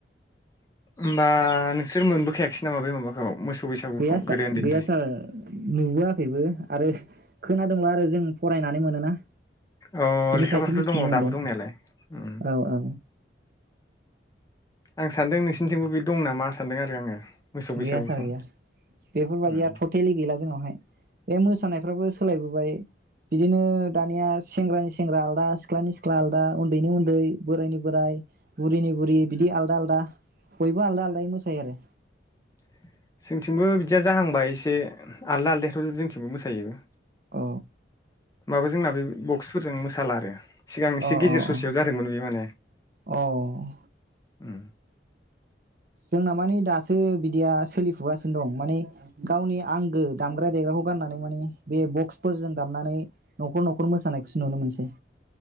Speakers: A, on the left; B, on the right.
A: होमबा नोंसोर मोनबोखायाखसै नामा बे माबाखौ मोसौ बैसागुखौ
B: गैया सा
A: गोदो उन्दैनिफ्राय
B: गैया सार। नुबोआखैबो आरो खोनादोंल आरो जों फरायनानै मोनोना।
A: औ
B: बिनिफ्रायसो
A: लेखाफोरावथ
B: मिथिनो
A: दङ
B: मोनदों
A: दाबो दंनायालाय ओं।
B: औ औ
A: आं सानदों नोंसिनिथिंबो बे दं नामा सानदों आरो आङो। मोसौ बैसागुखौ
B: गैया सार गैया बेफोरबादिया
A: उम
B: टटेलि गैला जोंनावहाय बे मोसानायफ्राबो सोलायबोबाय बिदिनो दानिया सेंग्रानि सेंग्रा आलदा, सिख्लानि सिख्ला आलदा, उन्दैनि उन्दै, बोराइनि बोराइ, बुरिनि बुरि बिदि आलदा आलदा बयबो आलदा आलदायै मोसायो आरो।
A: <inaudible> जोंथि बो बिदिया जाहांबाय एसे आलदा आलदायाथ जोंथिंबो मोसायो।
B: अ
A: माबा जोंना बे बक्सफोरजों मोसाला आरो सिगां एसे
B: अ
A: गेजेर
B: अ
A: ससेयाव
B: अ
A: जादोंमोन बे माने।
B: औ
A: उम।
B: जोंना माने दासो बिदिया सोलिफुगासिनो दं माने गावनि आंगो दामग्रा देग्राखौ गाननानै माने बे बक्स फोरजों दामनानै नखर नखर मोसानायखौसो नुनो मोनसै।